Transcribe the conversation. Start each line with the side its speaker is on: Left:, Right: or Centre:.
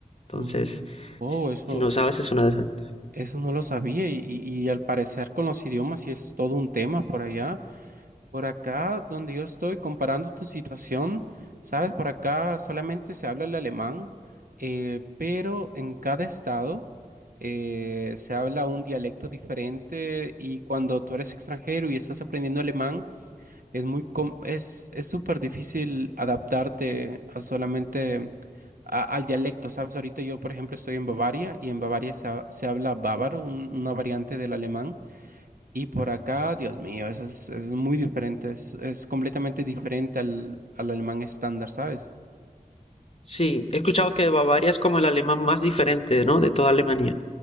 Left: Entonces,
Right: Mm, Oh,
Left: si
Right: eso,
Left: si no sabes, es una desventaja.
Right: eso no lo sabía, y, y, y al parecer con los idiomas sí es todo un tema por allá. Por acá, donde yo estoy, comparando tu situación, sabes, por acá solamente se habla el alemán, eh, pero en cada estado eh, se habla un dialecto diferente y cuando tú eres extranjero y estás aprendiendo alemán, es muy, com- es, es súper difícil adaptarte a solamente a- al dialecto, ¿sabes? Ahorita yo, por ejemplo, estoy en Bavaria y en Bavaria se, ha- se habla bávaro, un- una variante del alemán. Y por acá, Dios mío, eso es, es muy diferente, es, es completamente diferente al, al alemán estándar, ¿sabes?
Left: Sí, he escuchado que Bavaria es como el alemán más diferente, ¿no? De toda Alemania.